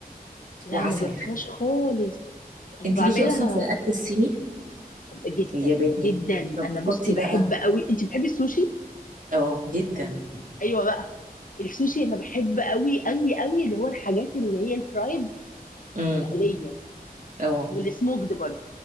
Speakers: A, on the left; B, on the right.
A: لا
B: وعسل
A: ما جربتهاش خالص انا
B: انت
A: بعملها
B: ليكي اصلا في الاكل الصيني
A: جدا
B: الياباني
A: جدا
B: طب
A: انا بصي
B: حطي
A: بحب
B: بقى
A: قوي انت بتحبي السوشي
B: اه جدا
A: ايوه بقى السوشي انا بحب قوي قوي قوي اللي هو الحاجات اللي هي الفرايد
B: امم
A: المقليه
B: اه
A: والسموكد برضه